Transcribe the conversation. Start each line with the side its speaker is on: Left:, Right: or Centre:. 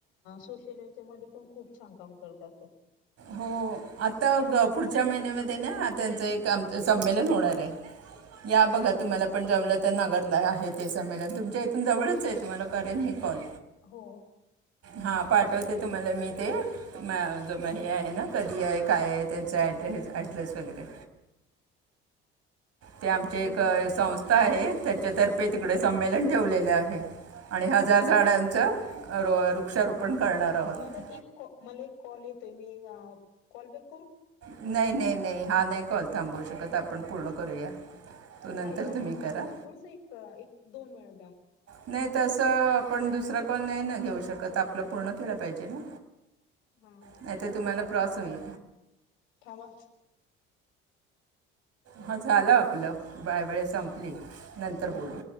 Left: सोशलच्या मध्ये पण खूप छान काम करतात
Right: हो आता पुढच्या महिन्यामध्ये ना त्यांचं एक आम संमेलन होणार या बघत तुम्हाला पण जमलं तर नगरला आहे ते संमेलन तुमच्या इथून जवळच आहे तुम्हाला करेन मी कॉल
Left: हो
Right: हा पाठवते तुम्हाला मी ते मग हे आहे ना कधी आहे काय आहे त्यांच ड्रेस ऍड्रेस वगैरे ते आमचे
Left: नाही
Right: एक
Left: पर
Right: संस्था आहे त्याच्यातर्फे तिकडे संमेलन ठेवलेले आहे आणि हजार
Left: हम्म
Right: झाडांच
Left: हम्म हम्म
Right: वृक्षारोपण
Left: हा
Right: करणार आहोत
Left: मला एक कॉ मला एक कॉल येतोय मी कॉल बॅक
Right: नाही नाही नाही हा नाही कॉल थांबवू शकत आपण पूर्ण करूया तो नंतर
Left: ऐका
Right: तुम्ही
Left: ना
Right: करा
Left: थोडस एक एक दोन वेळ
Right: नाही त असं आपण दुसरा कॉल नाही ना घेऊ शकत आपलं पूर्ण केला पाहिजे ना
Left: हा हा
Right: नाही तर तुम्हाला प्रॉस होईल
Left: ांवा
Right: हा झालं आपलं बायबळे संपली नंतर बोलू